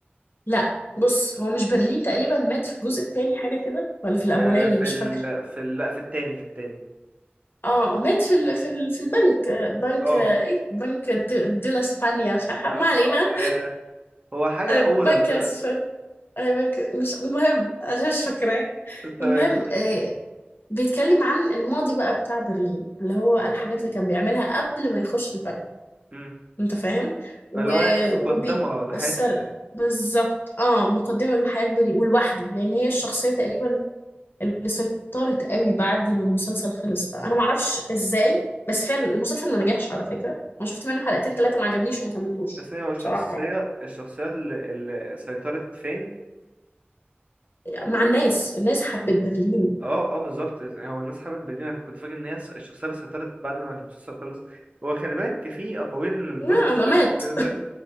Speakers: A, on the left; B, on the right.
A: لا بص هو مش برلين تقريبا مات في الجزء التاني حاجه كده ولا في الاولاني
B: آه في
A: مش
B: ال...
A: فاكره
B: في ال... لا في التاني في التاني
A: اه مات في ال في ال في البنك آه، بنك
B: اه
A: آه، ايه بنك د- دولا اسبانيا مش عارفه
B: اه
A: ما علينا
B: آه، آه، هو حاجة
A: آه،
B: أورا
A: بنك
B: كده
A: أسفل آه، بنك مش المهم أنا مش فاكراه
B: انت فاهم؟
A: المهم آه، بيتكلم عن الماضي بقى بتاع برلين اللي هو الحاجات اللي كان بيعملها قبل ما يخش البنك
B: م.
A: أنت فاهم و...
B: اللي هو مقدمة
A: وبي
B: لحياة
A: السر بالظبط اه مقدمة للحياة البري ولوحده لأن هي الشخصية تقريبا اللي سيطرت قوي بعد ما المسلسل خلص فأنا معرفش إزاي بس فعلا المسلسل ما نجحش على فكرة أنا شفت منه حلقتين ثلاثة ما عجبنيش وما كملتوش
B: السينما والشخصية
A: بصراحة يعني
B: الشخصية الشخصية اللي اللي سيطرت فين
A: مع الناس الناس حبت برلين
B: اه اه بالظبط هو الناس حبت بديل كنت فاكر ان هي الس- الشخصيه اللي سيطرت بعد ما المسلسل خلص هو خلي بالك في اقاويل ان الجزء
A: لا
B: السادس
A: انا مات
B: نزل